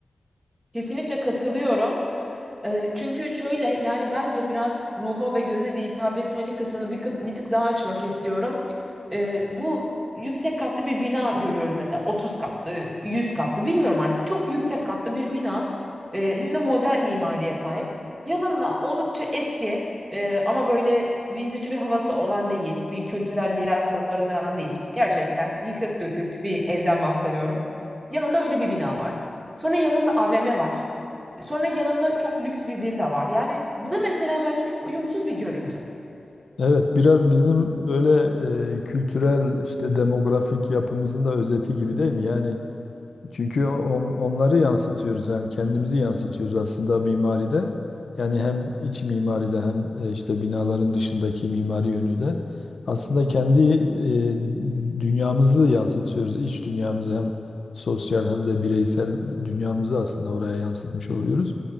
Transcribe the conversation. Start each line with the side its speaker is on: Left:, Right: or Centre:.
Right: Kesinlikle katılıyorum. Ee, Çünkü şöyle yani bence biraz ruha ve göze de hitap etmeli kısmını bir, kı- bir tık daha açmak istiyorum. Ee, bu yüksek katlı bir bina görüyoruz mesela 30 katlı, 100 katlı bilmiyorum artık. Çok yüksek katlı bir bina Ee, hem de modern mimariye sahip. Yanında oldukça eski e, ama böyle vintage bir havası olan değil, bir kültürel miras barındıran değil. Gerçekten yıkık dökük bir evden bahsediyorum. Yanında öyle bir bina var. Sonra yanında AVM var. Sonra yanında çok lüks bir villa var. Yani bu da mesela bence çok uyumsuz bir görüntü.
Left: Evet, biraz bizim böyle e, kültürel işte demografik yapımızın da özeti gibi değil mi? Yani Çünkü on- onları yansıtıyoruz yani kendimizi yansıtıyoruz aslında mimaride. Yani hem iç mimaride hem e, işte binaların dışındaki mimari yönüyle aslında kendi e, dünyamızı yansıtıyoruz. İç dünyamızı hem sosyal hem de bireysel dünyamızı aslında oraya yansıtmış oluyoruz.